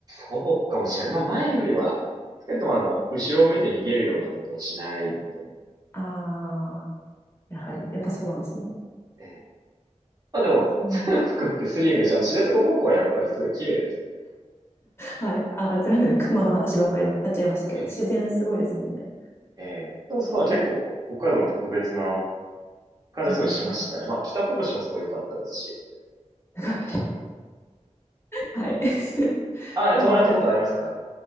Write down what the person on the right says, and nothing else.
そうかもしれない。まあ前よりは、少なくともあの、後ろを向いて逃げるようなことはしないと思う。
ええまあでも、
<laughs> それを含めてスリングして、あの、知床五湖はやっぱりすごい綺麗ですよね。
ええ
ええあそこは結構、
北海道の特別な感じはすごいしましたね。
まあ北こぶしもすごい良かったですし、ホテル。
あ、
泊まれたことありますか